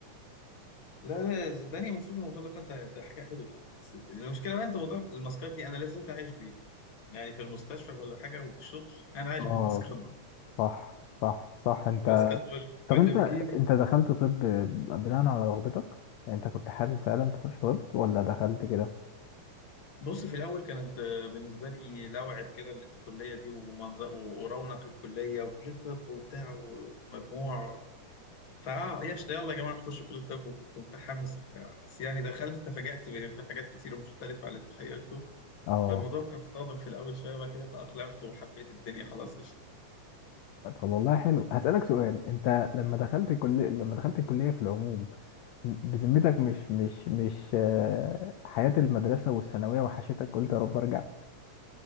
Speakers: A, on the left; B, on the left.
A: لا لا صدقني المفروض موضوع اللقاح ده ده حاجة حلوة يعني. بس المشكلة بقى انت موضوع الماسكات دي انا لا زلت عايش بيه يعني في المستشفى ولا حاجة وفي الشغل انا عايش
B: اه
A: بالماسكات دي
B: صح صح صح انت
A: الماسكات والكحول
B: طب
A: اللي
B: انت
A: في جيبي
B: انت دخلت طب بناء على رغبتك يعني انت كنت حابب فعلا تخش طب ولا دخلت كده
A: بص في الاول كانت آه، بالنسبة لي لوعة كده الكلية دي ومنظر ورونق الكلية وكلية طب وبتاع والمجموع فاه ياش يلا يا جماعه نخش كل الطب وكنت متحمس وبتاع بس يعني دخلت تفاجأت ب- في حاجات كتير مختلفه عن اللي تخيلته
B: اه
A: فالموضوع كان صادم في الاول شويه وبعد كده تأقلمت وحبيت الدنيا خلاص قشطه
B: طب والله حلو هسألك سؤال انت لما دخلت الكلية لما دخلت الكلية في العموم م- بذمتك مش مش مش آه، حياة المدرسة والثانوية وحشتك قلت يا رب ارجع